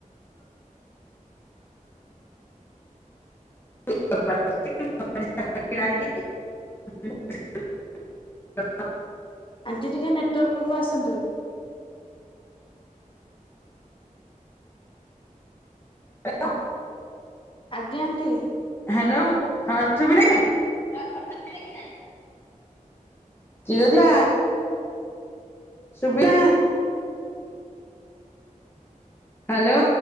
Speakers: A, on the left; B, on the left.
A: ଡ଼ା <inaudible>
B: ଆଣ୍ଟି ଟିକେ ନେଟୱାର୍କକୁୁ ଆସନ୍ତୁ।
A: ହ <inaudible>
B: ଆଜ୍ଞା ଆଣ୍ଟି।
A: ହ୍ୟାଲୋ <unintelligible> କିଏ ଅଇଲା। ଶୁବିଲା। ହ୍ୟାଲୋ।